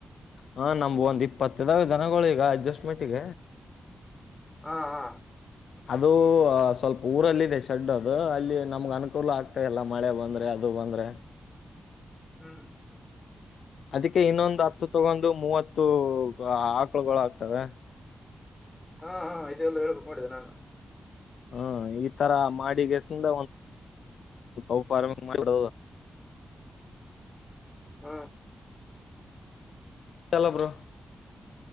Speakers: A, on the left; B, on the left.
A: ಹಾ ನಮ ಒಂದ್ ಇಪ್ಪತ್ತದಾಗ ಜನಗಳ ಈಗ ಅಡ್ಜಸ್ಟ್ಮೆಂಟ್ಗ
B: ಹಾ ಹಾ
A: ಅದು ಸ್ವಲ್ಪ ಊರಲ್ಲದೆ ಶಡ್ ಅದು ಅಲ್ಲಿ ನಮ್ಗ್ ಅನುಕೂಲ ಆಗ್ತಾಲ್ಲ ಮಳೆ ಬಂದ್ರೆ ಅದು ಬಂದ್ರೆ
B: ಹ್ಮ್
A: ಅದಕ್ಕೆ ಇನ್ನೊಂದು ಹತ್ತು ತಗೊಂಡ ಮೂವತ್ತು ಕಳ್ಗೊಳ ಆಗ್ತವೆ
B: ಹಾ ಹಾ ಇದೆಲ್ಲ ಹೇಬೇಕು ಮಾಡಿದೆ ನಾನು
A: ಹಾ ಈ ತರ ಮಾಡಿಗೆಸಿಂದ ಒಫಾರಿಂಗ್ ಮಾಡಬಡ
B: ಹ್ಮ
A: ಚಲ ಬ್ರೋ